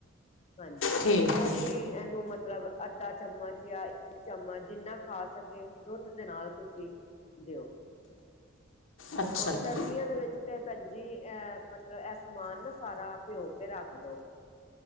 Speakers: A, on the left; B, on the left.
A: ਹਾਂਜੀ
B: ਠੀਕ
A: ਐਹ
B: ਹੈ
A: ਤੁਸੀਂ ਇਹਨੂੰ ਮਤਲਬ ਅੱਧਾ ਚਮਚ ਜਾਂ ਇੱਕ ਚਮਚ ਜਿੰਨਾ ਖਾ ਸਕੇ, ਦੁੱਧ ਦੇ ਨਾਲ ਤੁਸੀਂ ਦਿਓ
B: ਅੱਛਾ
A: ਔਰ ਸਰਦੀਆਂ
B: ਜੀ,
A: ਦੇ ਵਿੱਚ ਕਿਤੇ ਭੈਣਜੀ, ਐ ਮਤਲਬ ਐਹ ਸਮਾਨ ਨਾ ਸਾਰਾ ਪਿਓ ਕੇ ਰੱਖ ਦੋ